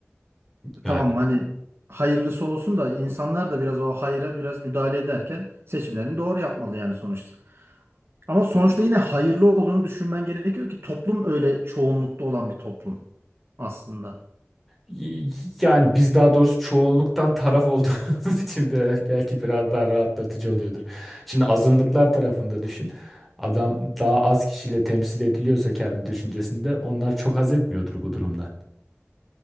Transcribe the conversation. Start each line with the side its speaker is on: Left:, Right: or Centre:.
Right: E
Centre: Yani
Right: tamam hani hayırlısı olsun da insanlar da biraz o hayra biraz müdahale ederken seçimlerini doğru yapmalı yani sonuçta. Ama sonuçta yine hayırlı olduğunu düşünmen gerekiyor ki toplum öyle çoğunlukta olan bir toplum aslında.
Centre: Y- Yani biz daha doğrusu çoğunluktan taraf olduğumuz <laughs> için biraz, belki biraz daha rahatlatıcı oluyordur. Şimdi azınlıklar tarafında düşün. Adam daha az kişiyle temsil ediliyorsa kendi düşüncesinde onlar çok haz etmiyordur bu durumdan.